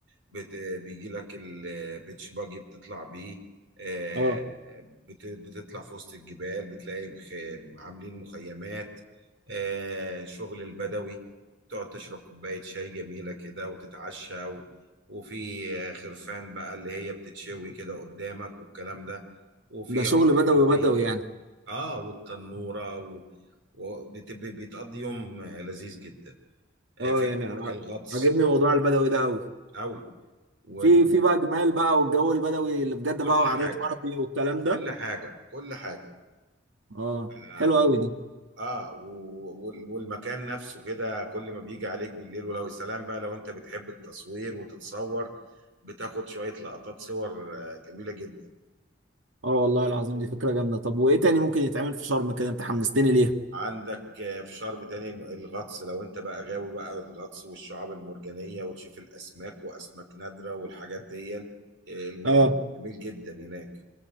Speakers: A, on the right; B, on the right.
A: بت... بيجي لك البيتش باجي بتطلع بيه آه،
B: اه
A: بت... بتطلع في وسط الجبال بتلاقي خ... عاملين مخيمات آه، شغل البدوي تقعد تشرب كوباية شاي جميلة كده وتتعشى و... وفي آه، خرفان بقى اللي هي بتتشوي كده قدامك والكلام ده وفي
B: ده شغل
A: عروض
B: بدوي
A: فنية
B: بدوي يعني
A: اه والتنورة و... وبيتقضي يوم آه، لذيذ جدا آه،
B: اه
A: في
B: يعني
A: عندك
B: ع-
A: الغطس
B: عاجبني موضوع البدوي ده قوي
A: قوي وال...
B: في في بقى جمال بقى والجو البدوي اللي بجد
A: كل
B: بقى وعادات
A: حاجة
B: عربي والكلام ده
A: كل حاجة كل حاجة
B: اه
A: اه
B: حلو
A: و-
B: قوي دي
A: آه، و- وال- والمكان نفسه كده كل ما بيجي عليك بالليل ولو يا سلام بقى لو انت بتحب التصوير وتتصور بتاخد شوية لقطات صور آه، جميلة جدا
B: اه والله العظيم دي فكرة جامدة طب وايه تاني ممكن يتعمل في شرم كده انت حمستني ليها
A: عندك آه، في شرم تاني الغطس لو انت بقى غاوي بقى الغطس والشعاب المرجانية وتشوف الأسماك وأسماك نادرة والحاجات دي آه، الموضوع
B: اه
A: جميل جدا هناك